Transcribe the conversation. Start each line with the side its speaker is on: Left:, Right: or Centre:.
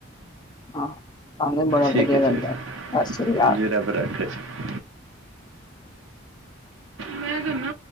Left: ਹਾਂ ਸਾਨੂੰ ਵੀ ਬੜਾ
Right: ਠੀਕ
Left: ਵਧੀਆ
Right: ਹੈ
Left: ਲੱਗਾ
Right: ਜੀ
Left: ਏ ਸਾਸਰੀ ਕਾਲ।
Right: ਜੀ ਰੱਬ ਰੱਖੇ ਜੀ ਮੈਂ ਕਰਨਾ